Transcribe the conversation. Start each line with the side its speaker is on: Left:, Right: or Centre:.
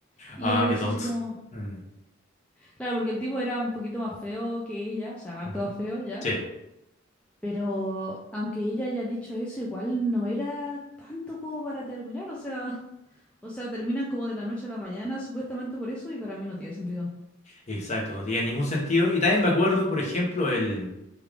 Centre: Y
Left: Ah,
Centre: él le dice
Left: qué tonto.
Centre: así como,
Left: Mm,
Centre: claro, porque el tipo era un poquito más feo que ella, o sea, harto
Left: ujú,
Centre: más feo ya.
Left: Sí,
Centre: Pero aunque ella haya dicho eso, igual no era tanto como para terminar, o sea, o sea, terminan como de la noche a la mañana, supuestamente por eso, y para mí no tiene sentido.
Left: exacto. No tenía ningún sentido. Y también me acuerdo, por ejemplo, el,